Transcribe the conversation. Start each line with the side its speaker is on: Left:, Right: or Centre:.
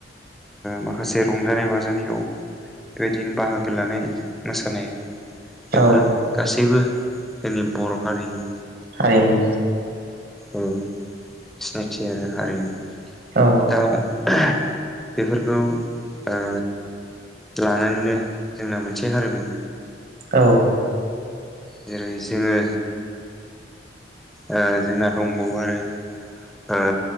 Centre: माखासे ओ रंजानाय बाजानाय नाजानायाव बेबायदिनो बाहागो लानाय मोसानाय बेफोर
Right: औ
Centre: गासैबो जोंनि बर' हारिनि
Right: हारिनि
Centre: औ सिनायथि आरो हारिमु
Right: औ
Centre: दा बेफोरखौ ओ लानानैनो जोंना मोनसे हारिमु
Right: औ
Centre: जेरै जोङो ओ जोंना दंबावो आरो ओ